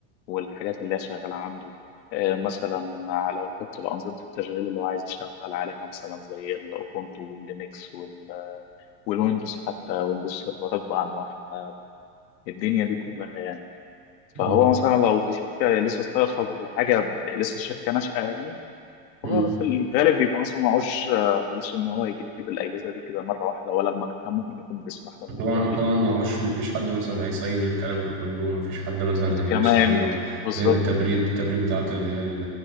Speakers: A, on the left (about 80°); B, on the right (about 45°).
A: والحاجات اللي هي شغالة عنده آه، مثلا لو يحط الأنظمة التشغيل اللي هو عايز يشتغل عليها مثلا زي الأوبونتو واللينكس وال- والويندوز حتى ويندوز سيرفرات بأنواعها الدنيا دي كلها يعني فهو
B: آه.
A: مثلا لو في شركة لسه ستارت اب ولا حاجة ب- لسه الشركة ناشئة يعني
B: مم.
A: فهو في الغالب بيبقى مثلا معهوش آه، فلوس إن هو يجيب الأجهزة دي كده مرة واحدة ولا المكان ممكن يكون بيسمح له إن
B: طبعا
A: هو يجيب
B: وطبعا
A: الحاجات
B: معهوش مفيش
A: دي
B: حد مثلا هيصين الكلام ده كله مفيش حد مثلا هيبص
A: كمان
B: عليهم
A: بالظبط
B: غير التبريد التبريد بتاعت اللي هي ال-